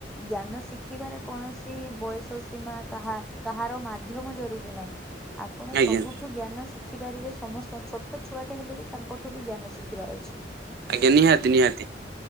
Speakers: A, in the centre; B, on the right (about 60°).
A: ଜ୍ଞାନ ଶିଖିବାରେ କୌଣସି ବୟସ ସୀମା କାହା କାହାର ମାଧ୍ୟମ ଆପଣ
B: ଆଜ୍ଞା
A: ସବୁଠୁ ଜ୍ଞାନ ଶିଷ୍ ଶିଖି ପାରିବେ ସମସ୍ତ ଛୋଟ ଛୁଆଟେ ହେଲେ ବି ତାଙ୍କଠୁ ବି ଜ୍ଞାନ ଶିଖିବାର ଅଛି।
B: ଆଜ୍ଞା ନିହାତି ନିହାତି।